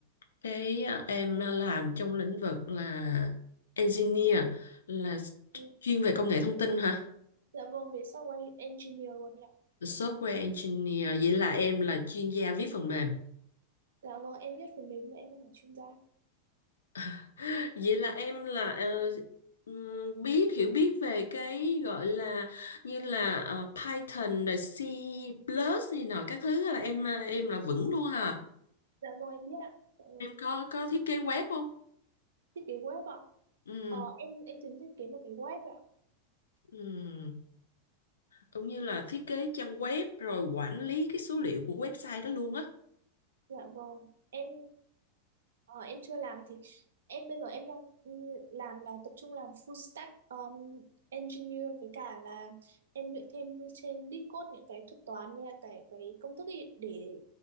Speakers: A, on the left; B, on the right.
A: cái ờ, em làm trong lĩnh vực là engineer là
B: Ừ.
A: chuyên về công nghệ thông tin hả?
B: Dạ vâng về software engineer luôn ạ
A: Software engineer vậy là em là chuyên gia viết phần mềm.
B: Dạ vâng em biết phần mềm nhưng em không phải chuyên gia
A: <laughs> Vậy là em là ờ, ừm, biết hiểu biết về cái gọi là như là ờ, Python rồi C plus này nọ các thứ là em à, em là vững luôn hả?
B: Dạ vâng em biết ạ Dạ vâng
A: Em có có thiết kế web không?
B: thiết kế web ạ
A: Ừ.
B: Ờ em em tính thiết kế một cái web ạ
A: Ừ. cũng như là thiết kế trang web rồi quản lý cái số liệu của website đó luôn á
B: Dạ vâng em Ờ, em chưa làm thì em bây giờ em đang ừ, làm là tập trung làm full stack um, engineer với cả là em luyện thêm trên Discord những cái thuật toán với cả cái cái công thức ý để